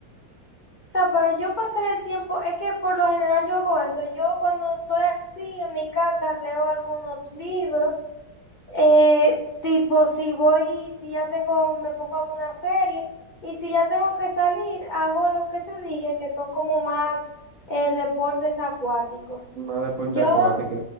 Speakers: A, on the left; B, on the right.
A: O sea, para yo pasar el tiempo, es que por lo general yo hago eso. Yo cuando estoy así en mi casa leo algunos libros Eh, tipo, si voy, si ya tengo, me pongo a ver una serie y si ya tengo que salir, hago lo que te dije, que son como más eh, deportes acuáticos.
B: Más deporte
A: Yo,
B: acuático.